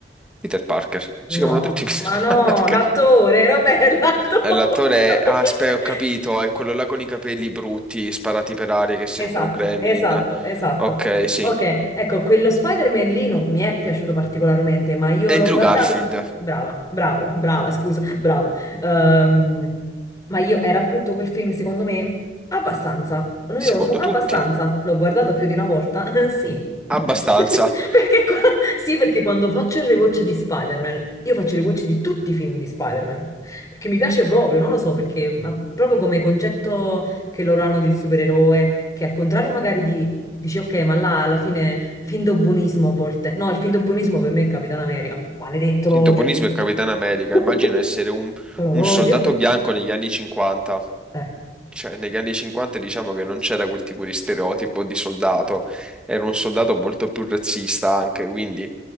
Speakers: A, in the centre; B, on the left.
A: Peter Parker. Si chiamano
B: no,
A: tutti <laughs> Peter
B: ma no,
A: Parker.
B: l'attore, era bello, l'attore.
A: Eh, L'attore
B: <laughs>
A: è... Ah, aspetta, ho capito, è quello là con i capelli brutti, sparati per aria, che sembra
B: Esatto,
A: un Gremlin.
B: esatto, esatto.
A: Ok, sì.
B: Ok, ecco, quello Spider-Man lì non mi è piaciuto particolarmente, ma io
A: Andrew
B: l'ho guardato.
A: Garfield,
B: Brava, bravo, <laughs> brava, scusa, bravo. Ehm, ma io era brutto quel film, secondo me? Abbastanza. Noioso?
A: secondo
B: Abbastanza.
A: tutti,
B: L'ho guardato più di una volta? <laughs> Sì.
A: abbastanza.
B: <laughs> Perché qua- Sì, perché quando faccio il rewatch di Spider-Man, io faccio il rewatch di tutti i film di Spider-Man. Perché mi piace proprio, non lo so, perché ma proprio come concetto che loro hanno del supereroe, che al contrario magari di, dici ok, ma là alla fine finto buonismo a volte. No, il finto buonismo per me è Capitan America. Maledetto,
A: Finto
B: lo odio.
A: buonismo e Capitano America,
B: <laughs>
A: immagina essere un,
B: Lo
A: un
B: odio.
A: soldato bianco negli anni 50.
B: Eh.
A: Cioè, negli anni 50 diciamo che non c'era quel tipo di stereotipo di soldato, era un soldato molto più razzista anche, quindi